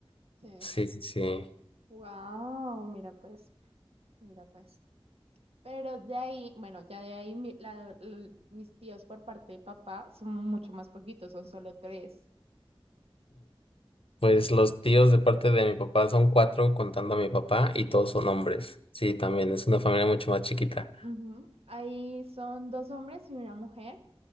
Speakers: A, on the right; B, on the left.
A: Sí.
B: Sí, sí, sí.
A: Wow, mira pues, mira pues. Pero de ahí, bueno, ya de ahí mi- la- l- mis tíos por parte de papá son mucho más poquitos, son solo tres.
B: Pues los tíos de parte de mi papá son cuatro contando a mi papá y todos son hombres. Sí, también es una familia mucho más chiquita.
A: Ujú. Ahí son dos hombres y una mujer.